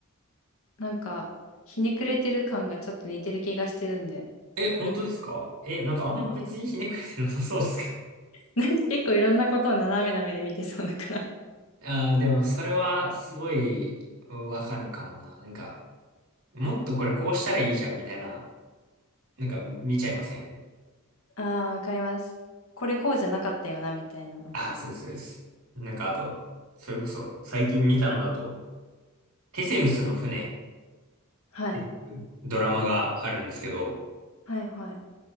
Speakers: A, on the left; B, on the right.
A: なんか、ひねくれてる感がちょっと似てる気がしてるんで、
B: え、本当ですかえ、
A: 見て。
B: なんかあんま別にひねくれてなさそうですけど。
A: <laughs> なんか結構いろんなことを斜めな目で見てそうだから。
B: <laughs> ああ、でもそれはすごいうんわかるかもな。なんか、もっとこれこうしたらいいじゃんみたいな、なんか見ちゃいません
A: ああ、わかります。これこうじゃなかったよな、みたいな、なんか。
B: ああ、そうです、そうです。なんかあと、それこそ最近見たのだと、テセウスの船っ
A: はい。
B: ていうドラマがあるんですけど、
A: はい、はい、